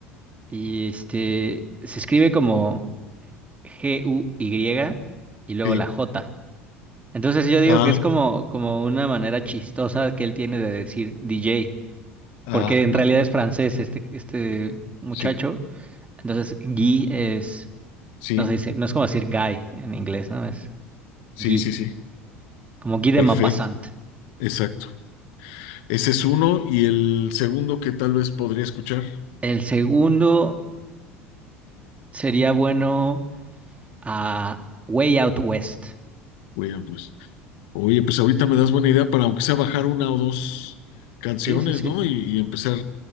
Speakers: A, on the right; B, on the left.
A: Y este se escribe como G-U-Y y y luego
B: sí.
A: la J. Entonces yo digo
B: Ah,
A: que es como, como una manera chistosa que él tiene de decir DJ,
B: ah,
A: porque en realidad
B: <laughs>
A: es francés este, este muchacho.
B: sí,
A: Entonces Guy es,
B: sí,
A: no se dice, no es como decir guy en inglés, ¿no? Es
B: sí,
A: Guy,
B: sí, sí.
A: como Guy de
B: Perfecto.
A: Maupassant.
B: Exacto. Ese es uno. Y el segundo que tal vez podría escuchar,
A: El segundo. Sería bueno a Way Out West.
B: William Blues. Oye, pues ahorita me das buena idea para aunque sea bajar una o dos canciones,
A: Sí, sí, sí.
B: ¿no? Y, y empezar